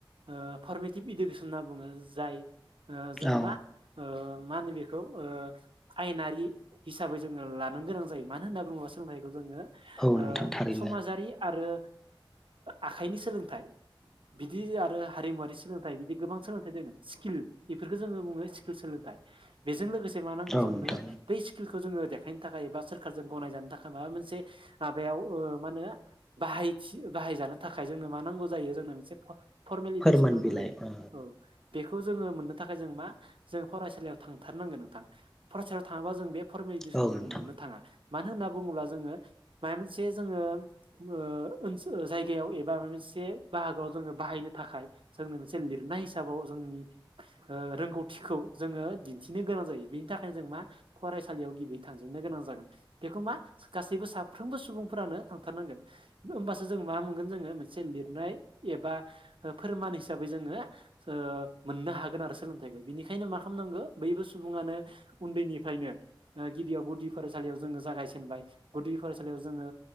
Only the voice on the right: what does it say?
ओ फरमेटिभ इडुकेसन होनना बुङो जाय ओ जों
मा ओ मा नोजो- ओ आयेनारि हिसाबै जोङो लानो गोनां जायो मानो होनना बुङोब्ला सोलोंथाइखौ जोङो
ओ
समाजारि आरो आखाइनि सोलोंथाइ बिदि आरो हारिमुवारि सोलोंथाइ बिदि गोबां सोलोंथाइ दोङो स्किल बेफोरखौ जोङो बुङो स्किल सोलोंथाइ बेजों लोगोसे मा नांगौ
जोंनो
दै स्किल खौ जोङो देखायनो थाखाय एबा सोरखारजों गनायजानो थाखाय माबा मोनसे माबायाव मा होनो बाहाय बाहाय जानो थाखाय जोंनो मा नांगौ जायो जोंनो मोनसे फरमेल इडुकेसन
नांगौ
जायो
औ जों मोननो थाखाय जों मा जों फरायसालियाव थांथारनांगोन नोंथां फरायसालियाव थाङोबा जों बे फरमेलिटिखौ
जों
मोननो थाङा मानो होनना बुङोब्ला जोङो माबा मोनसे जोङो ओ ओनसोल जायगायाव एबा माबा मोनसे बाहागोआव जोङो बाहायनो थाखाय जोंनो मोनसे लिरनाय हिसाबाव जोंनि ओ रोंगौथिखौ जोङो दिन्थिनो गोनां जायो बेनि थाखायनो जों मा फरायसालियाव गिबि थांजेननो गोनां जागोन बेखौ मा गासैबो साफ्रोमबो सुबुंफोरानो थांथारनांगोन होमबासो जों मा मोनगोन जोङो मोनसे लिरनाय एबा फोरमान हिसाबै जोङो ओ मोननो हागोन आरो सोलोंथाइखौ बिनिखायनो मा खालामनांगौ बैबो सुबुङानो उन्दैनिफ्रायनो ओ गिबियाव गुदि फरायसालियाव जोङो जागायजेनबाय गुदि फरायसालियाव जोङो